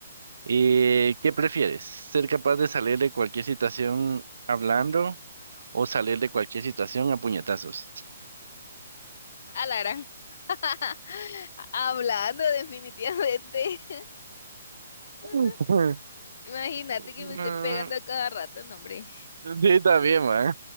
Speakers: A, on the right; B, on the left.
A: Eh, ¿qué prefieres? ¿Ser capaz de salir de cualquier situación hablando o salir de cualquier situación a puñetazos?
B: A la gran. <laughs> Hablando definitivamente. <laughs>
A: <laughs>
B: Imagínate
A: Mm,
B: que me estén pegando a cada rato, no, hombre.
A: Sí, también,